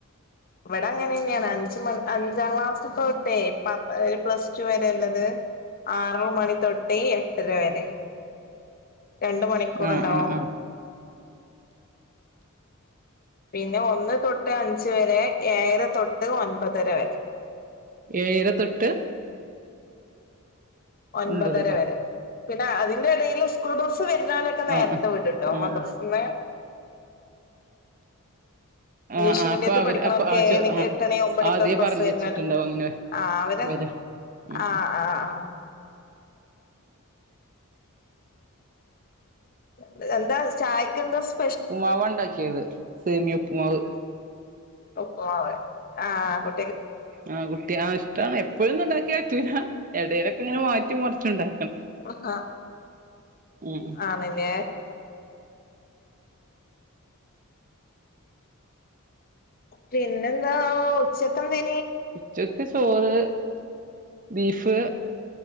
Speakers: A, on the left; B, on the right.
A: ഇവിടെ അങ്ങനെന്നെയാണ് അഞ്ച് മ അഞ്ചാം ക്ലാസ്സ് തൊ ട്ടേ പ പ്ലസ് ടു വരെ ഉള്ളത് ആറു മണി തൊട്ട് എട്ടര വരെ രണ്ട് മണിക്കൂർ
B: ആ
A: ഉണ്ടാവും
B: ആ ആ
A: പിന്നെ ഒന്ന് തൊ ട്ട് അഞ്ച് വരെ ഏഴര തൊട്ട് ഒൻപതര വരെ
B: ഏഴര തൊട്ട്
A: ഒൻപതര
B: ഒമ്പതര
A: വരെ പിന്നെ അതിന്റെ ഇടയിൽ സ്കൂൾ ബസ് വരുന്നവനൊക്കെ നേരത്തെ
B: ആഹ് ആഹ്
A: വിടുട്ടോ
B: ആഹ്
A: മദ്രസ്
B: ആഹ്
A: ന്ന് ഇംഗ്ലീഷ്
B: ആഹ് ആഹ്
A: മീഡിയത്തിൽ
B: അപ്പൊ അവര്
A: പഠിക്കണോല്ക്ക്
B: അപ്പൊ ആ
A: ഏഴണി
B: ചോ ആഹ്
A: എട്ടണി ഒമ്പണിക്കൊക്കെ
B: ആദ്യേ
A: ബസ്
B: പറഞ്ഞ്
A: വര്നരാ
B: വെച്ചിട്ടുണ്ടാവും അങ്ങനെ
A: ആ അവരെ
B: വരും ഉം
A: ആ
B: ഉം
A: ആ ആ എന്ത് എന്താ ചായക്ക് എന്താ സ്
B: പു മാവാ ഉണ്ടാക്കിയത് സേമിയൊപ്പുമാവ്
A: ഉപ്പ്മാവ് ആ കു
B: ആ കുട്ടി ആ ഇഷ്ടാണ് എപ്പോഴൊന്നും ഉണ്ടാക്കിയാ പറ്റൂല ഇടയിലൊക്കെങ്ങെനെ മാറ്റിം മർച്ചുണ്ടാ
A: ഉഹ
B: ഉം ഉം
A: ആണ് ലേ പിന്നെന്താ ഉച്ചക്ക് എന്തേ
B: ചാെർക്കച് ചോറ് ബീഫ്